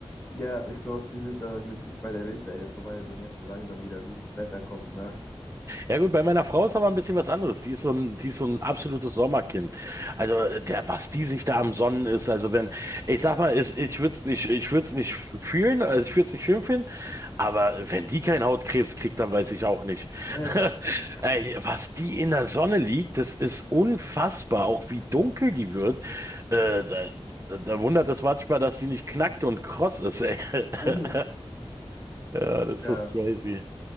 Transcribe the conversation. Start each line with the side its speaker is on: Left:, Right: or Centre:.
Left: Ja, ich glaube, die sind da glücklich, weil der Winter jetzt vorbei ist und jetzt so langsam wieder gutes Wetter kommt, ne?
Right: Ja gut, bei meiner Frau ist aber ein bisschen was anderes. Die ist so ein, die ist so ein absolutes Sommerkind. Also äh, der, was die sich da am Sonnen ist, also wenn, ich sag mal, ich, ich würde es nicht, ich würde es nicht fühlen, also ich würde es nicht schön finden, aber wenn die keinen Hautkrebs kriegt, dann weiß ich auch nicht.
Left: <laughs>
Right: <laughs> Ey, was die in der Sonne liegt, das ist unfassbar, auch wie dunkel die wird. Äh, da, da da wundert es manchmal, dass die nicht knackt und kross ist. Ey. <laughs>
Left: Mhm.
Right: Ja, das
Left: Ja,
Right: ist crazy.